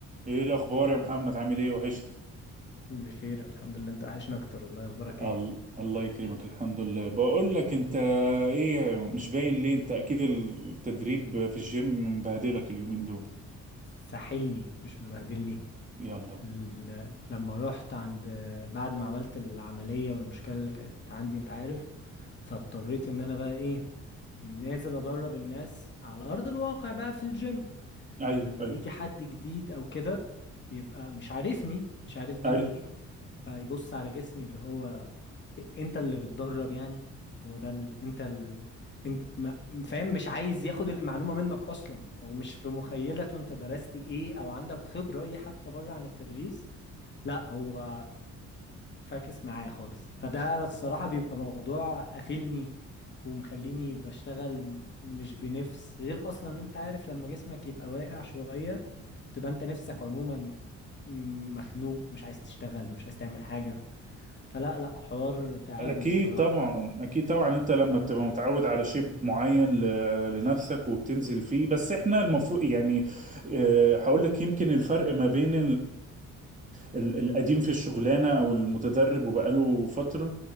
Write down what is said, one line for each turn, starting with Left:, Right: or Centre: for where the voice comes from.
Right: ايه الاخبار يا محمد عامل ايه وحشت
Left: بخير الحمد لله انت وحشنا اكتر والله اخبارك ايه
Right: ال- الله يكرمك الحمد لله بقول لك انت ايه مش باين ليه انت اكيد التدريب في الجيم مبهدلك اليومين دول
Left: ساحلني مش مبهدلني
Right: يلا
Left: ال... لما رحت عند بعد ما عملت العملية والمشكلة اللي كانت عندي انت عارف فاضطريت ان انا بقى ايه نازل ادرب الناس على ارض الواقع بقى في الجيم
Right: ايوه
Left: فلما
Right: ايوه
Left: بيجي حد جديد او كده بيبقى مش عارفني مش عارف ده
Right: ايوه
Left: مين فيبص على جسمي اللي هو انت اللي بتدرب يعني هو ده ال... انت ال... انت ما... فاهم مش عايز ياخد المعلومة منك اصلا هو مش في مخيلته انت درست ايه او عندك خبرة ايه حتى بره عن التدريس لا هو فاكس معايا خالص فده الصراحة بيبقى موضوع قافلني ومخليني بشتغل مش بنفس غير اصلا ان انت عارف لما جسمك يبقى واقع شوية تبقى انت نفسك عموما مخنوق مش عايز تشتغل مش عايز تعمل حاجة فلا لا حوار تعبني
Right: اكيد
Left: الصراحة
Right: طبعا اكيد طبعا انت لما بتبقى متعود على شيب معين ل- لنفسك وبتنزل فيه بس احنا المفروض يعني آه، هقول لك يمكن الفرق ما بين ال- القديم في الشغلانة او المتدرب وبقاله فترة